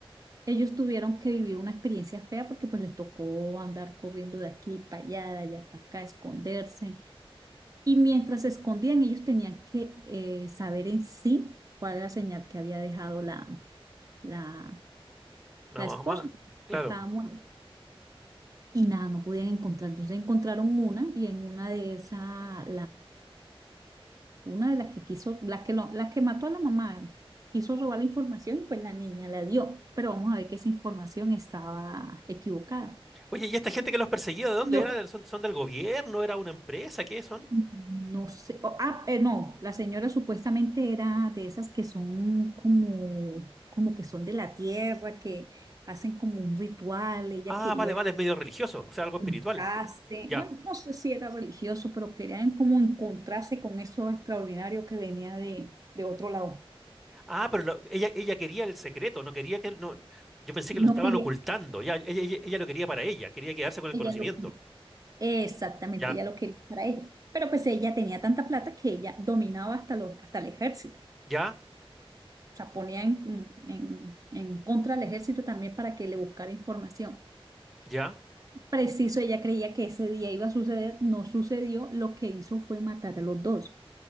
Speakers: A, on the right; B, in the centre.
A: Ellos tuvieron que vivir una experiencia fea porque pues les tocó andar corriendo de aquí para allá, de allá para acá, esconderse. Y mientras se escondían, ellos tenían que eh, saber en sí cuál era la señal que había dejado la, la,
B: La
A: la
B: mamá.
A: esposa.
B: Claro.
A: Ya estaba muerta. Y nada, no podían encontrar. Entonces encontraron una y en una de esas una de las que quiso, la que, lo- la que mató a la mamá, quiso robar la información y pues la niña la dio, pero vamos a ver que esa información estaba equivocada.
B: Oye, ¿y esta gente que los perseguía, de dónde
A: Lo-
B: era? ¿Son, son del gobierno? ¿Era una empresa? ¿Qué son?
A: no sé, o- ah, eh, no, la señora supuestamente era de esas que son como, como que son de la tierra, que hacen como un ritual, ella
B: Ah,
A: quería
B: vale, vale, es medio religioso, o sea, algo espiritual.
A: juntarse,
B: Ya.
A: bueno, no sé si era religioso, pero querían como encontrarse con eso extraordinario que venía de, de otro lado.
B: Ah, pero lo- ella, ella quería el secreto, no quería que... No, yo pensé que lo estaban
A: No quería,
B: ocultando. Ya, ella, ella, ella lo quería para ella, quería quedarse con el
A: ella
B: conocimiento.
A: lo Exactamente,
B: Ya,
A: ella lo quería para ella. Pero pues ella tenía tanta plata que ella dominaba hasta, los, hasta el ejército.
B: ya,
A: O sea, ponía en, en, en contra al ejército también para que le buscara información.
B: ya,
A: Preciso, ella creía que ese día iba a suceder, no sucedió, lo que hizo fue matar a los dos.